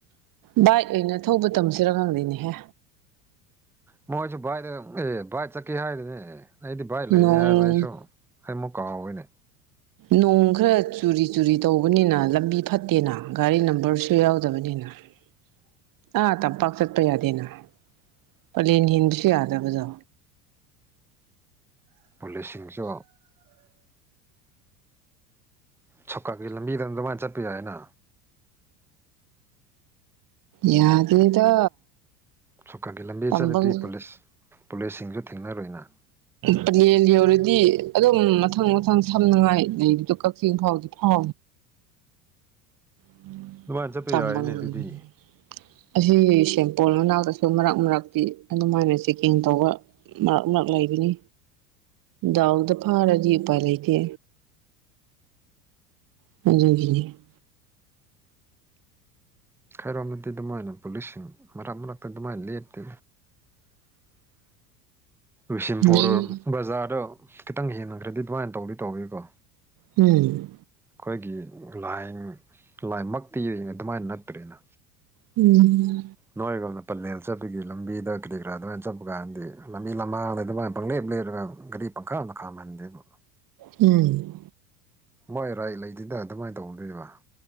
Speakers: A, on the right; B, in the centre.
A: ꯕꯥꯏꯛ ꯑ ꯑꯣꯏꯅ ꯊꯧꯕ ꯇꯝꯁꯤꯔ ꯈꯪꯗꯣꯏꯅꯦꯍꯦ
B: ꯃꯣꯏꯁꯨ ꯚꯥꯏꯗ ꯑꯦ ꯚꯥꯏ ꯆꯠꯀꯦ ꯍꯥꯏꯗꯨꯅꯦ ꯑꯩꯗꯤ ꯚꯥꯏ ꯂꯩꯌꯦ
A: ꯅꯣꯡ
B: ꯍꯥꯏꯕ ꯑꯩꯁꯨ ꯍꯥꯏꯃꯨꯛ ꯀꯥꯎꯏꯅꯦ
A: ꯅꯣꯡ ꯈꯔ ꯆꯨꯔꯤ ꯆꯨꯔꯤ ꯇꯧꯕꯅꯤꯅ ꯂꯝꯕꯤ ꯐꯠꯇꯦꯅ ꯒꯥꯔꯤ ꯅꯝꯕꯔꯁꯨ ꯌꯥꯎꯗꯕꯅꯤꯅ <unintelligible> ꯑꯥ ꯇꯝꯄꯥꯛ ꯆꯠꯄ ꯌꯥꯗꯦꯅ ꯄꯂꯦꯟ ꯍꯦꯟꯕꯁꯨ ꯌꯥꯗꯕꯗꯣ
B: ꯄꯨꯂꯤꯁꯁꯤꯡꯁꯨ ꯁꯧꯀꯒꯤ ꯂꯝꯕꯤꯗꯅ ꯑꯗꯨꯃꯥꯏꯅ ꯆꯠꯄ ꯌꯥꯏ ꯍꯥꯏꯅ
A: ꯌꯥꯗꯦꯗ
B: ꯁꯔꯀꯥꯒꯤ ꯂꯝꯕꯤ
A: ꯇꯝꯕꯪ
B: ꯆꯠꯂꯗꯤ ꯄꯨꯂꯤꯁ ꯄꯨꯂꯤꯁꯁꯤꯡꯁꯨ ꯊꯦꯡꯅꯔꯣꯏꯅ
A: ꯄꯅꯦꯟ ꯌꯧꯔꯗꯤ ꯑꯗꯨꯝ ꯃꯊꯪ ꯃꯊꯪ ꯁꯝꯅꯉꯥꯏ ꯂꯩꯕꯗꯣ ꯀꯛꯆꯤꯡ ꯐꯥꯎꯗꯤ ꯍ <unintelligible>
B: ꯑꯗꯨꯃꯥꯏꯅ ꯆꯠꯄ ꯌꯥꯏꯅꯦ ꯑꯗꯨꯗꯤ
A: ꯑꯁꯤ ꯁꯦꯝꯄꯄꯣꯜ ꯃꯅꯥꯛꯇꯁꯨ ꯃꯔꯛ ꯃꯔꯛꯇꯤ ꯑꯗꯨꯃꯥꯏꯅ ꯆꯦꯛꯀꯤꯡ ꯇꯧꯕ ꯃꯔꯛ ꯃꯔꯛ ꯂꯩꯕꯅꯤ ꯗꯥꯎꯗ ꯐꯥꯔꯗꯤ ꯎꯄꯥꯏ ꯂꯩꯇꯦ <unintelligible>
B: ꯈꯔꯣꯝꯗꯗꯤ ꯑꯗꯨꯃꯥꯏꯅ ꯄꯨꯂꯤꯁꯁꯤꯡ ꯃꯔꯛ ꯃꯔꯛꯇ ꯑꯗꯨꯃꯥꯏꯅ ꯂꯦꯞꯇꯦ ꯕꯤꯁꯦꯝꯄꯨꯔ
A: ꯂꯩ
B: ꯕꯖꯥꯔꯗꯣ ꯈꯤꯇꯪ ꯍꯦꯡꯟꯅꯈ꯭ꯔꯗꯤ ꯑꯗꯨꯃꯥꯏꯅ ꯇꯧꯗꯤ ꯇꯧꯋꯀꯣ
A: ꯎꯝ
B: ꯑꯩꯈꯣꯏꯒꯤ ꯂꯥꯏ ꯂꯥꯏꯃꯛꯇꯤ ꯑꯗꯨꯃꯥꯏꯅ ꯅꯠꯇ꯭ꯔꯦꯅ
A: ꯎꯝ
B: ꯅꯣꯏꯔꯒꯣꯅ ꯄꯂꯦꯜ ꯆꯠꯄꯒꯤ ꯂꯝꯕꯤꯗ ꯀꯔꯤ ꯀꯔꯥ ꯑꯗꯨꯃꯥꯏꯅ ꯆꯠꯄ ꯀꯥꯟꯗꯗꯤ ꯂꯝꯕꯤ ꯂꯃꯥꯡꯗꯩ ꯑꯗꯨꯃꯥꯏꯅ ꯄꯪꯂꯦꯛꯞ ꯂꯩꯞꯔꯒ ꯒꯔꯤ ꯄꯪꯈꯥꯃꯗ ꯈꯥꯝꯍꯟꯗꯦꯕꯨ
A: ꯎꯝ
B: ꯃꯣꯏ ꯔꯥꯏꯠ ꯂꯩꯗꯤꯗ ꯑꯗꯨꯃꯥꯏꯅ ꯇꯧꯗꯣꯏꯕ